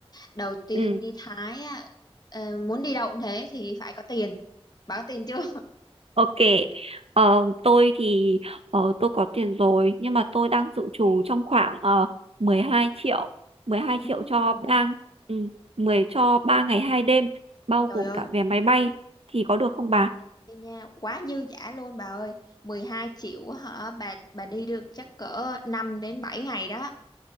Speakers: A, on the left; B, on the right.
A: đầu tiên
B: Ừ.
A: đi Thái á, ờ, muốn đi đâu cũng thế thì phải có tiền. Bà có tiền chưa? <laughs>
B: Ok, ờ, tôi thì ờ, tôi có tiền rồi nhưng mà tôi đang dự trù trong khoảng ờ, 12 triệu, 12
A: Ừm,
B: triệu cho ba ừ, mười cho ba ngày hai đêm bao
A: trời
B: gồm
A: ơi,
B: cả vé máy bay thì có được không bà?
A: đi nha, quá dư dả luôn bà ơi. 12 triệu hả? Bà bà đi được chắc cỡ 5 đến 7 ngày đó.